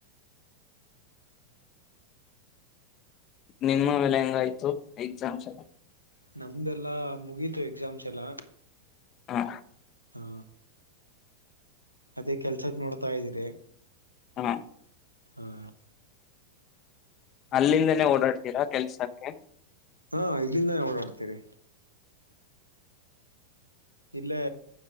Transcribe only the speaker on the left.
ನಿಮ್ಮವೆೆಲ್ಲ ಹೆಂಗಾಯ್ತು ಎಕ್ಸಾಮ್ಸ್ ಎಲ್ಲ.
ಹಾ.
ಹ
ಅಲ್ಲಿಂದನೇ ಓಡಾಡ್ತೀರಾ ಕೆಲ್ಸಕ್ಕೆ